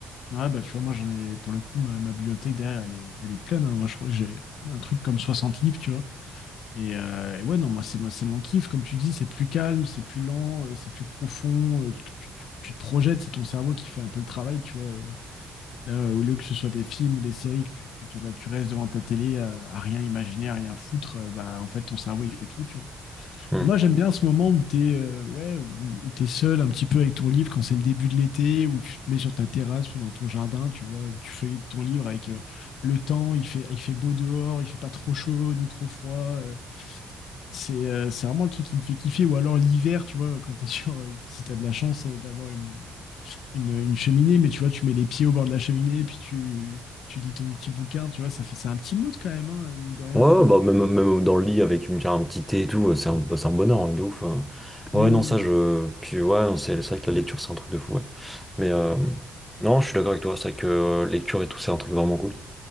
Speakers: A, on the left (about 75°); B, in the centre.
A: Ah bah tu vois, moi j'en ai pour le coup ma, ma bibliothèque derrière, elle est, elle est pleine. hein. Moi je crois que j'ai un truc comme 60 livres, tu vois. Et, euh, et ouais, non, moi, c'est mon c'est mon kiff. Comme tu dis, c'est plus calme, c'est plus lent, euh, c'est plus profond. euh, tu, tu- tu- tu te projettes, c'est ton cerveau qui fait un peu le travail, tu vois. euh. Là, au lieu que ce soit des films ou des séries, que tu, tu, te- tu restes devant ta télé euh, à, rien imaginer, à rien foutre, euh, bah, en fait, ton cerveau, il fait tout, tu vois.
B: Hmm.
A: Et moi, j'aime bien ce moment où t'es euh, ouais, où, où t'es seul un petit peu avec ton livre quand c'est le début de l'été, où tu te mets sur ta terrasse ou dans ton jardin, tu vois, où tu feuillettes ton livre avec euh, le temps, il fait, il fait beau dehors, il fait pas trop chaud ni trop froid. euh, c'est euh, c'est vraiment le truc qui me fait kiffer. Ou alors l'hiver, tu vois, quand t'es sur. euh, si t'as de la chance euh, d'avoir une, une, une cheminée, mais tu vois, tu mets les pieds au bord de la cheminée et puis tu, tu lis ton petit bouquin, tu vois, ça fait, c'est un petit mood quand même, hein, mine de rien,
B: Ouais,
A: la
B: ouais,
A: lecture.
B: bah, même, même dans le lit avec une, un petit thé et tout, euh, c'est un, bah, c'est un bonheur, hein, de ouf. euh. Bah,
A: Mm,
B: Ouais, non, ça, je. Puis ouais, non, c'est c'est vrai que la lecture, c'est un truc de fou, ouais. Mais euh, non, je suis d'accord avec toi, c'est vrai que euh, lecture et tout, c'est un truc vraiment cool.